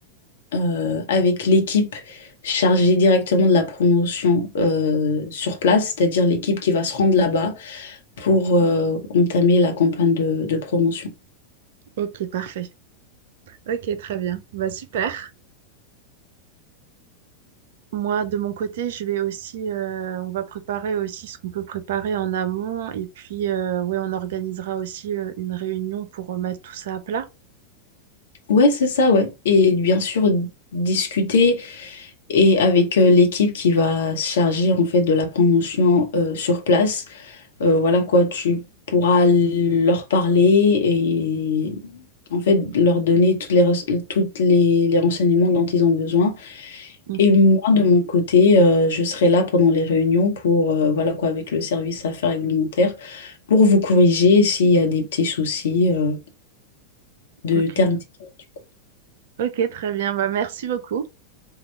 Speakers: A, on the left; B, on the right.
A: euh, avec l'équipe chargée directement de la promotion euh, sur place, c'est-à-dire l'équipe qui va se rendre là-bas pour euh, entamer la campagne de, de promotion.
B: Ok, parfait. Ok, très bien. Bah, super. Moi, de mon côté, je vais aussi, euh, on va préparer aussi ce qu'on peut préparer en amont. Et puis, euh, ouais, on organisera aussi euh, une réunion pour remettre tout ça à plat.
A: Ouais, c'est ça, ouais. Et bien sûr, discuter et avec euh, l'équipe qui va se charger en fait de la promotion euh, sur place. Euh, voilà quoi, tu pourras leur parler et en fait leur donner toutes les, res- toutes les les renseignements dont ils ont besoin
B: Ok,
A: Et moi, de mon côté, euh, je serai là pendant les réunions pour, euh, voilà quoi, avec le service affaires réglementaires, pour vous corriger s'il y a des petits soucis euh, de
B: ok,
A: termes techniques. du coup.
B: ok, très bien. Bah, merci beaucoup.